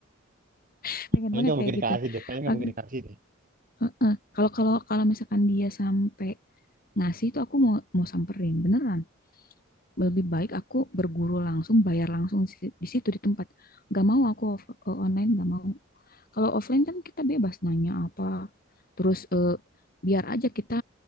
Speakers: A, on the left; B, on the right.
A: <laughs>
B: kayaknya
A: Pengen banget
B: nggak mungkin
A: kayak
B: dikasih
A: gitu.
B: deh kayaknya nggak
A: Ak-
B: mungkin dikasih deh
A: Heeh. Kalau kalau kalau misalkan dia sampai ngasih itu aku mau mau samperin beneran. Lebih baik aku berguru langsung, bayar langsung si- di situ di tempat. Gak mau aku off- online, gak mau. Kalau offline kan kita bebas nanya apa. Terus eh, biar aja kita